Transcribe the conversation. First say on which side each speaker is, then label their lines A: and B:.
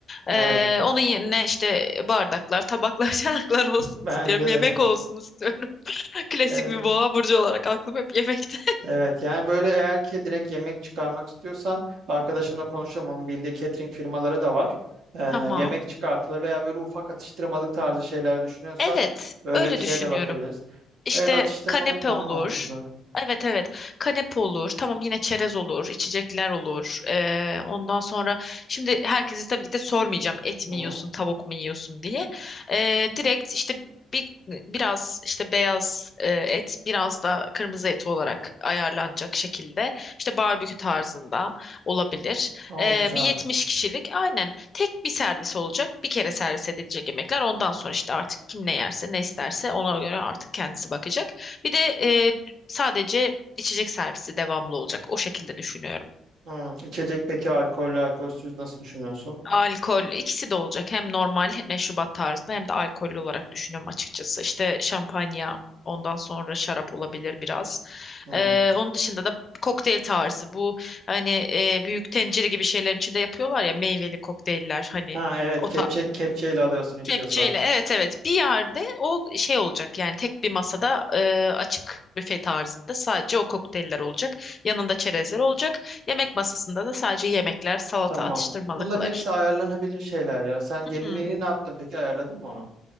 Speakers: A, on the right (about 75°); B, on the left (about 35°).
A: Evet.
B: E, onun yerine işte bardaklar, tabaklar, <laughs> çanaklar olsun
A: Bence
B: istiyorum. Yemek
A: de.
B: olsun istiyorum. <laughs> Klasik
A: <laughs>
B: bir boğa burcu olarak aklım hep yemekte.
A: Evet yani böyle eğer ki direkt yemek çıkarmak istiyorsan arkadaşımla konuşalım onun bildiği catering firmaları da var.
B: <laughs>
A: Ee,
B: Tamam.
A: yemek çıkartılır veya böyle ufak atıştırmalık tarzı şeyler düşünüyorsan
B: Evet,
A: öyle
B: öyle
A: bir şeye
B: düşünüyorum.
A: de bakabiliriz.
B: İşte
A: Evet atıştırmalık
B: kanepe
A: daha
B: olur.
A: mantıklı.
B: Evet evet kanepe olur tamam yine çerez olur içecekler olur Ee, ondan sonra şimdi herkese tabii ki de sormayacağım et mi
A: Hı.
B: yiyorsun tavuk mu yiyorsun diye Ee, direkt işte bir, biraz işte beyaz e, et biraz da kırmızı et olarak ayarlanacak şekilde işte barbekü tarzında olabilir
A: O
B: Ee,
A: güzel.
B: bir 70 kişilik aynen Tek bir servis olacak. Bir kere servis edilecek yemekler. Ondan sonra işte artık kim ne yerse ne isterse ona göre artık kendisi bakacak. Bir de e, sadece içecek servisi devamlı olacak. O şekilde düşünüyorum.
A: Hı. İçecek peki alkollü alkolsüz nasıl düşünüyorsun?
B: Alkol ikisi de olacak. Hem normal hem meşrubat tarzında hem de alkollü olarak düşünüyorum açıkçası. İşte şampanya ondan sonra şarap olabilir biraz.
A: Hı.
B: E, onun dışında da kokteyl tarzı. Bu hani e, büyük tencere gibi şeylerin içinde yapıyorlar ya meyveli kokteyller hani
A: Ha evet
B: o
A: kepçe kepçeyle alıyorsun içiyorsan.
B: Kepçeyle evet evet bir yerde o şey olacak yani tek bir masada e, açık büfe tarzında sadece o kokteyller olacak. Yanında çerezler olacak. Yemek masasında da sadece yemekler, salata,
A: Tamam.
B: atıştırmalıklar.
A: Bunların hepsi ayarlanabilir şeyler ya. Sen gelinliğini
B: Hı.
A: ne yaptın peki ayarladın mı onu?